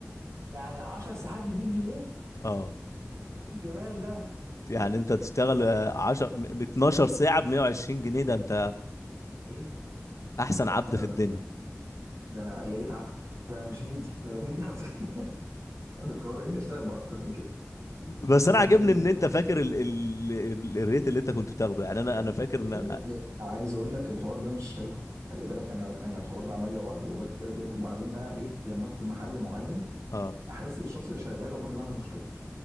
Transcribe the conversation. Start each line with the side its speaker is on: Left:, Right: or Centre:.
Right: يعني 10 ساعات ب 100 جنيه
Left: <laughs> اه
Right: ايه الجمال ده
Left: يعني انت تشتغل
Right: أنت
Left: 10 ب 12 ساعة ب 120 جنيه ده انت
Right: متخيل
Left: احسن عبد
Right: ده
Left: في
Right: ده
Left: الدنيا
Right: كان ده انا يا ريت عبد ده انا مش هندي ده انا لو هندي هخت... <laughs> انا لو هندي هشتغل باكتر من كده
Left: بس
Right: وبتضايق
Left: انا عاجبني
Right: جدا
Left: ان انت فاكر ال... ال... ال- الريت اللي انت كنت بتاخده يعني انا انا فاكر
Right: لان
Left: ان
Right: لا، عايز اقول لك الحوار ده مش حلو خلي بالك انا انا الحوار ده عمل لي عقد والله كتير بجد وبعدين بقى بقيت لما ادخل محل معين
Left: اه
Right: احس بالشخص اللي شغال عمري ما اعمل مشكله